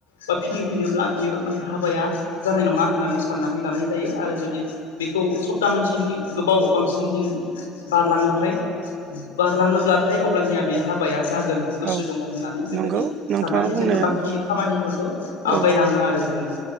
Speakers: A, on the left; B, on the right.
A: बा फिदिंफिनोब्ला बियो माने हाबाया जानाय नंङा होननानै साननानै लानाय जायो आरो जुदि बेखौ सप्ता मोनसेनि गोबाव बांसिन दिन बारलांङोब्लाथाय बारलांङोब्लाथाय अब्लानिया बे हाबाया जागोन गोसो
B: औ
A: दंङ होननानै बेबायदि
B: नंगौ नोंथाङा
A: साननानै
B: बुंनाया
A: जोंङो बाखि खामानिफोरखौ आवगायलांङो
B: औ
A: आरो जोंङो